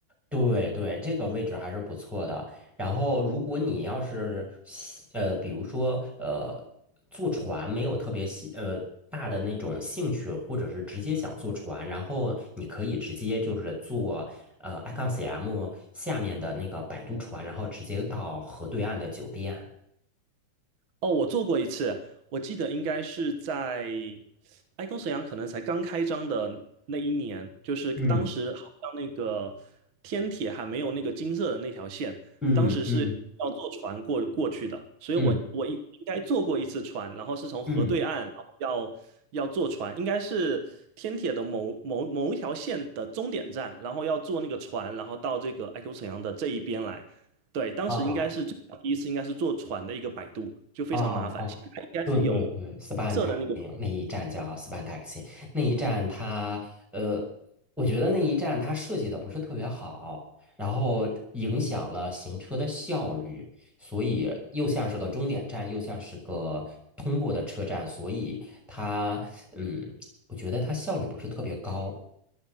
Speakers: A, in the centre; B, on the right.
A: 对对，这个位置还是不错的。然后，如果你要是喜呃，比如说呃，坐船没有特别兴呃大的那种兴趣，或者是直接想坐船，然后你可以直接就是坐呃 i c o n CM 下面的那个摆渡船，然后直接到河对岸的酒店。
B: 哦，我坐过一次，我记得应该是在爱工沈阳可能才刚开张的那一年，就是当时好像那个天铁还没有那个金色的那条线，
A: 嗯嗯嗯
B: 当时是要坐船过过去的，所以我我应应该坐过一次船，
A: 嗯
B: 然后是从河对岸，
A: 嗯
B: 然后要要坐船，应该是天铁的某某某一条线的终点站，然后要坐那个船，然后到这个爱工沈阳的这一边来。对，当时应该是最早第一次，
A: 啊。
B: 应该是坐船的一个摆渡，就非常麻烦。
A: 哦哦，
B: 现在应该是有灰色的那个，
A: 对对对，Span Taxi 那一站叫 Span Taxi，那一站它呃，我觉得那一站它设计的不是特别好，然后影响了行车的效率，所以又像是个终点站，又像是个通过的车站，所以它嗯，我觉得它效率不是特别高。